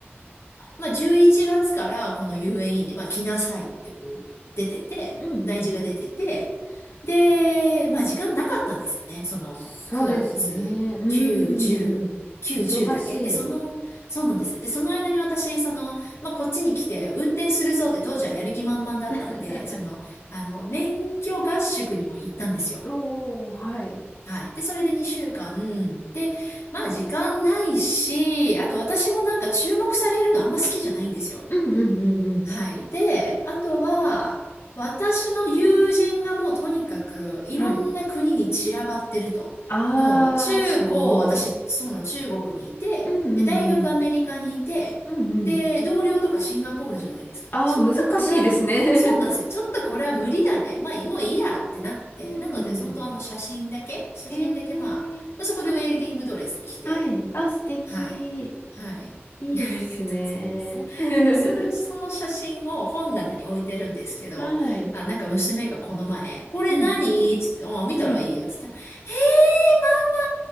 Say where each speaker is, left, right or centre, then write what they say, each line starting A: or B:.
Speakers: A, on the left; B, on the left.
A: まあ、11月からこの遊園 e に、まあ、来なさいってこう、出てて、
B: う。うん、
A: 内示が出てて、
B: うん。
A: で、まあ、時間なかったんですよね。その、
B: そうですね。
A: 9月、
B: うーん。
A: 9、10、9、
B: 忙しい。
A: 10だけ。で、その、そうなんですよ。で、その間に私、その、まあ、こっちに来て、運転するぞって当時はやる気満々だったんで、
B: <laughs>
A: その、あの、免許合宿にも行ったんですよ。
B: おー、はい。
A: はい。で、それで2週間。で、まあ時間ないし、あと私もなんか注目されるのあんま好きじゃないんですよ。
B: うん、うん、うん、うん。
A: はい。で、あとは、私の友人がもうとにかくいろんな国に散らばってると。
B: はい。あーすごい。
A: もう中高、私、そうなの中国にいて、
B: うん、
A: で、大学アメリカにいて、
B: うん、うん。うん、うん。
A: で、同僚とかシンガポールじゃないですか。
B: あー難しいですね。
A: ちょっとこれは、そうなんですよ。ちょっとこれは無理だね。まあ、もういいやってなって。
B: <laughs> うん。
A: なので、本当あの写真だけ、写真だけまあ、
B: えー。
A: まあそこでウェディングドレス着て、
B: はい。あー、素敵。
A: はい。はい。
B: いいですね。
A: <laughs> ありがとうございま
B: <laughs>
A: す。<laughs> それを、その写真を本棚に置いてるんですけど、
B: はい。
A: あ、なんか娘がこの前、これ何つって、
B: うん。
A: あ、見たらいいよ。
B: うん。
A: つって言ったら、えー、ママ、